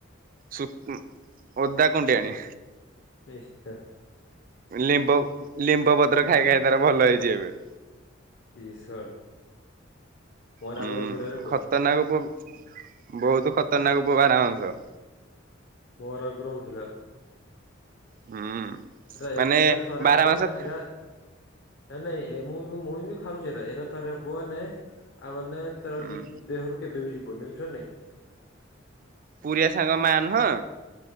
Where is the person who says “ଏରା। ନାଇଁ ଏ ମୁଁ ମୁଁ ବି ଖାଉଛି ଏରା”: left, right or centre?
Left